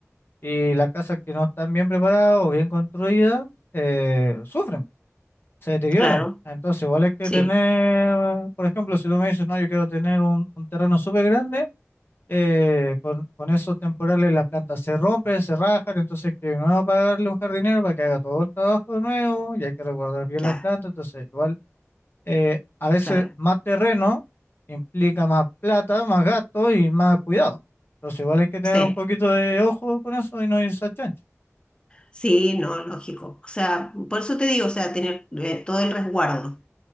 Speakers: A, on the left; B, on the left.
A: y las casas que no están bien preparadas o bien construidas eh, sufren se deterioran.
B: claro,
A: Entonces, igual hay que
B: sí,
A: tener, por ejemplo, si tú me dices, no, yo quiero tener un, un terreno súper grande, eh, con, con esos temporales la planta se rompe, se rajan, entonces hay que de nuevo pagarle un jardinero para que haga todo el trabajo de nuevo y hay que resguardar bien
B: claro,
A: la planta. Entonces, igual, eh, a veces
B: claro,
A: más terreno implica más plata, más gasto y más cuidado. Entonces, igual hay que tener
B: sí.
A: un poquito de ojo con eso y no irse a chancho.
B: Sí, no, lógico. O sea, por eso te digo, o sea, tener eh, todo el resguardo.